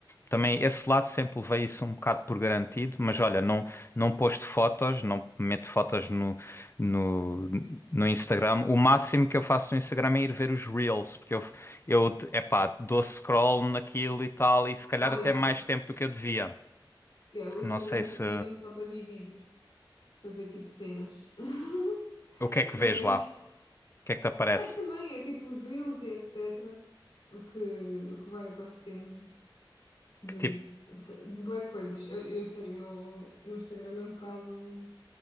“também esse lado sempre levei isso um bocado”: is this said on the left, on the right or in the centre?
Left